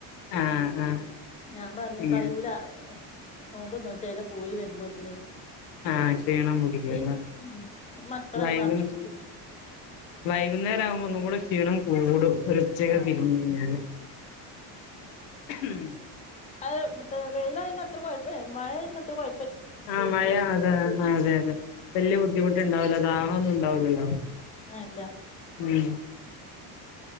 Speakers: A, on the left (about 85°); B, on the left (about 20°).
A: ആഹ് ആഹ്
B: ഞാൻ പറഞ്ഞേ
A: ഇങ്ങ
B: കഴൂല നോമ്പ് നൂറ്റല പോയി വരുമ്പോത്തിനെ
A: ആ ചെയ്യണം കുടിക്കല്ല
B: നീ ഉം മക്കളെന്നെ
A: വൈക
B: സമ്മയ്ച്ചൂലെ
A: വൈകുന്നേരം ആവുമ്പോ ഒന്നും കൂടെ ക്ഷീണം കൂടും ഒരു ഉച്ചക്കെ
B: ആഹ്
A: പിരിഞ്ഞയിഞ്ഞാല് ഉം
B: <unintelligible> വെയില അത്ര കുഴപ്പല്ല മഴ അത്ര കുഴ
A: ആ മഴ അതെ അതെ അതെ വല്യ ബുദ്ധിമുട്ടണ്ടാവല ദാഹം ഒന്നും ഉണ്ടാവില്ലല്ലോ
B: ആഹല്ല
A: ഉം